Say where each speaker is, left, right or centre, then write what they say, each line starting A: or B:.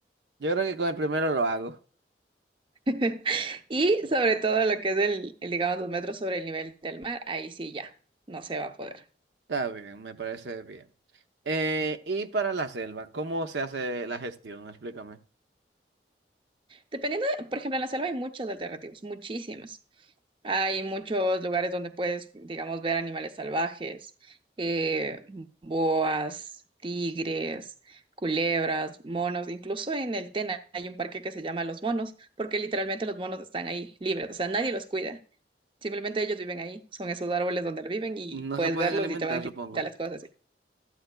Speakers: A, on the right; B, on the right.
A: Yo creo que con el primero lo hago.
B: <laughs> Y sobre todo lo que es el, el, digamos, dos metros sobre el nivel del mar, ahí sí ya, no se va a poder.
A: Está bien, me parece bien. Eh, y para la selva, ¿cómo se hace la gestión? Explícame.
B: Dependiendo de- por ejemplo, en la selva hay muchos alternativos, muchísimos. Hay muchos lugares donde puedes, digamos, ver animales salvajes, eh, boas, tigres, culebras, monos. Incluso en el Tena hay un parque que se llama Los Monos, porque literalmente los monos están ahí libres, o sea, nadie los cuida. Simplemente ellos viven ahí, son esos árboles donde viven y
A: No
B: puedes
A: se pueden
B: verlos
A: alimentar,
B: y te van a quitar
A: supongo.
B: las cosas.